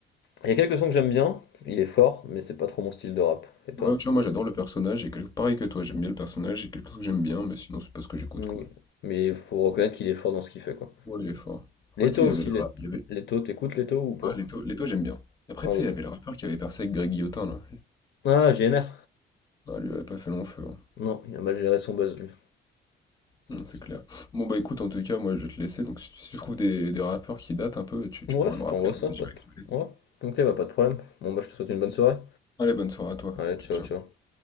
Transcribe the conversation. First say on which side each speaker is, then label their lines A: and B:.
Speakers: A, on the left; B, on the left.
A: Il y a quelques sons que j'aime bien, il est fort, mais c'est pas trop mon style de rap. Et toi?
B: Ouais, tu vois, moi, j'adore le personnage. Et quel- pareil que toi, j'aime bien le personnage. Et quelque chose que j'aime bien, mais sinon, c'est pas ce que j'écoute,
A: Oui.
B: quoi.
A: Mais il faut reconnaître qu'il est fort dans ce qu'il fait, quoi.
B: Ouais, il est fort. Après,
A: Leto
B: tu sais, il
A: aussi,
B: y avait le
A: Let-
B: rap. Il y avait...
A: Leto, t'écoutes Leto ou pas?
B: Ouais, Leto, Leto, j'aime bien. Après,
A: Ouais,
B: tu
A: Leto.
B: sais, il y avait le rappeur qui avait percé avec Greg Guillotin, là.
A: Ah, GNR.
B: Ah, lui, il avait pas fait long feu, hein.
A: Non, il a mal géré son buzz, lui.
B: Non, c'est
A: Parce
B: clair. Bon, bah, écoute, en tout cas, moi, je vais te laisser. Donc, si tu si tu trouves des, des rappeurs qui datent un peu, tu,
A: que-
B: tu
A: Ouais,
B: pourrais
A: je
B: me rappeler,
A: t'envoie
B: comme
A: ça,
B: ça,
A: pas
B: j'irai
A: de...
B: écouter.
A: Ouais, ok, bah pas de problème. Bon, bah je te souhaite une bonne soirée.
B: Allez, bonne soirée à toi.
A: Allez,
B: Ciao,
A: ciao,
B: ciao.
A: ciao.